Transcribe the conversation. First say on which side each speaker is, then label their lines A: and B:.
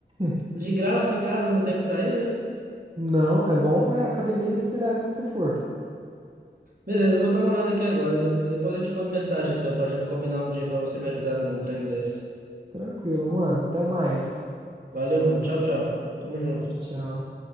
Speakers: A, on the right (about 25°); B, on the right (about 55°).
A: <laughs>
B: De graça, em casa, não tem que sair, né?
A: Não, é bom, é academia, você leva onde você for.
B: Beleza, eu vou dar uma olhada aqui agora. De- Depois eu te mando mensagem, então, pra gente combinar um dia pra você me ajudar num treino desse.
A: Tranquilo, mano. Até mais.
B: Valeu, mano. Tchau, tchau. Tamo junto.
A: Tchau, tchau.